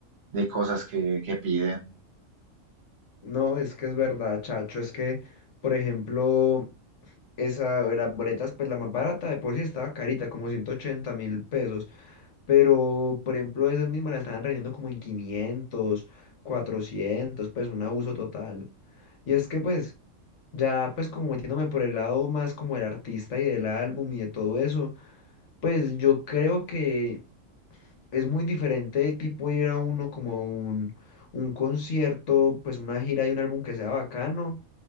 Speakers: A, on the right; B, on the left.
A: de cosas que, que piden.
B: No, es que es verdad, chacho. Es que, por ejemplo, esa de las boletas, pues la más barata de por sí estaba carita, como ciento ochenta mil pesos. Pero, por ejemplo, esas mismas la estaban vendiendo como en 500 cuatrocientos pues un abuso total. Y es que, pues, ya, pues, como metiéndome por el lado más como el artista y del álbum y de todo eso, pues yo creo que. es muy diferente de tipo ir a uno como a un, un concierto, pues una gira de un álbum que sea bacano